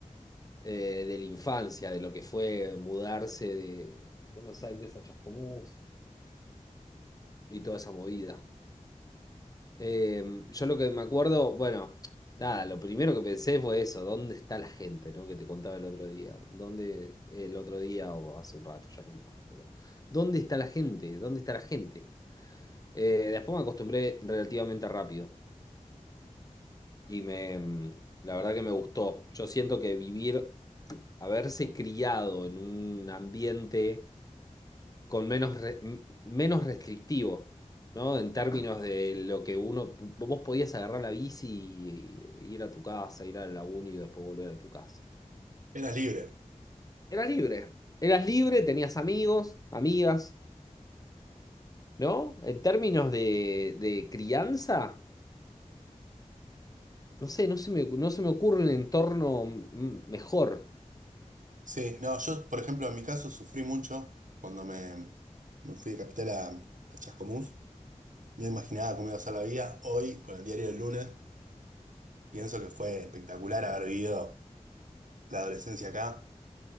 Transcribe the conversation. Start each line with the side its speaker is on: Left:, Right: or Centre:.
Left: eh, de la infancia, de lo que fue mudarse de Buenos Aires a Chascomús y toda esa movida. Eh, yo lo que me acuerdo, bueno, nada, lo primero que pensé fue eso, ¿dónde está la gente, ¿no? Que te contaba el otro día. ¿Dónde el otro día o hace un rato, ya no me acuerdo, pero ¿dónde está la gente? ¿Dónde está la gente? Eh, después me acostumbré relativamente rápido y me, mm, la verdad que me gustó. Yo siento que vivir, haberse criado en un ambiente con menos, re- m- menos restrictivo, ¿no? En términos de lo que uno, vos podías agarrar la bici y ir a tu casa, ir a la uni y después volver a tu casa.
Right: Eras libre.
Left: Eras libre. Eras libre, tenías amigos, amigas, ¿no? En términos de, de crianza. No sé, no se me, no se me ocurre un entorno mm, mejor.
Right: Sí, no, yo, por ejemplo, en mi caso sufrí mucho cuando me, me fui de Capital a, a Chascomús. No imaginaba cómo iba a ser la vida. Hoy, con el diario del lunes, pienso que fue espectacular haber vivido la adolescencia acá.